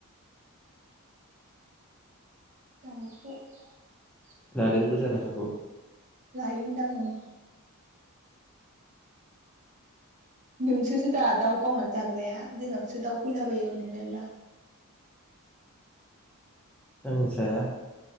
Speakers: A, on the right (about 35°); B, in the centre.
A: दावब'
B: लादोंबो जानो हागौ
A: लायोन दां ओं नोंसोरसो दा दाउ गावनानै जाग्राया जोंनावसो दाउ फैलाबायो हनै मेल्ला
B: आं जाया